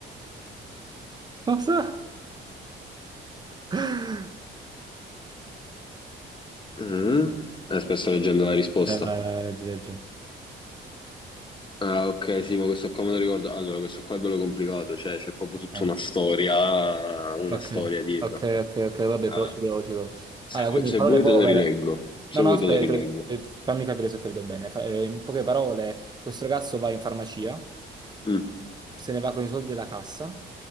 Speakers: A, on the right (about 20°); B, on the left (about 25°).
A: Cosa? <laughs>
B: Mm. Eh, Aspetta, sto leggendo la risposta.
A: Eh, vai, vai, vai, leggi, leggi.
B: Ah, ok, sì, ma questo qua me lo ricordo. Allora, questo qua è bello complicato, cioè c'è proprio
A: Ok.
B: tutta una storia, una
A: Ok,
B: storia dietro.
A: ok, ok, ok, vabbè,
B: Allora,
A: però ci provo, ci provo.
B: se
A: Allora, quindi
B: vuoi, se
A: in parole
B: vuoi
A: povere.
B: te lo rileggo, se
A: No, no,
B: vuoi
A: aspetta,
B: te lo rileggo.
A: te- te- fammi capire se ho capito bene. Fa- eh, in poche parole, questo ragazzo va in farmacia,
B: Mm,
A: se ne va con i soldi della cassa,